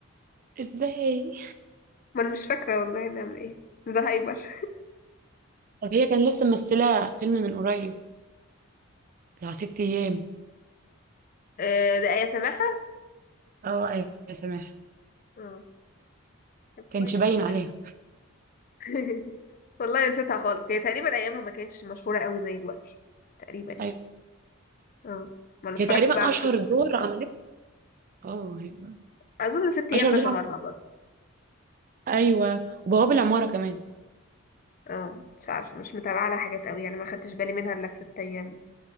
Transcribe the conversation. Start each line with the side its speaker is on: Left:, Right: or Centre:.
Right: ازاي
Left: ما انا مش فاكره والله نعمل ايه ده هايبر <laughs>
Right: طب هي كان لسه ممثلة فيلم من قريب بتاع ست ايام
Left: آه، ده آية سماحة
Right: اه ايوه سامح
Left: اه طب
Right: كانش
Left: كويس
Right: باين
Left: والله
Right: عليها
Left: <laughs> والله نسيتها خالص هي تقريبا ايامها ما كانتش مشهورة قوي زي دلوقتي تقريبا يعني
Right: أيوة.
Left: اه ما انا اتفرجت
Right: هي تقريبا
Left: بقى على
Right: اشهر
Left: المسلسل
Right: دور
Left: ده
Right: عملته اه أيوة.
Left: اظن ست ايام
Right: اشهر
Left: ده
Right: دور
Left: شهرها
Right: عملته
Left: برضه
Right: ايوه وبواب العماره كمان
Left: اه مش عارفه مش متابعه لها حاجات قوي يعني ما خدتش بالي منها الا في ست ايام